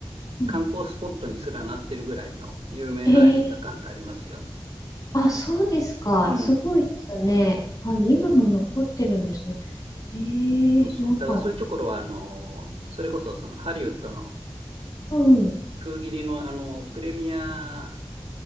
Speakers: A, on the left (about 40°); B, on the right (about 75°).
A: うん
B: 観光スポットにすらなってるぐらいの有名な映画館ってありますよ。
A: ええあ、そうですか。
B: うん。
A: すごいですね。あ、今も残ってるんですね。え
B: そうそう。
A: ー、なんか、
B: だからそういうところは、あの、それこそ、その、ハリウッドの
A: うん。う
B: 封切りの、あの、プレミア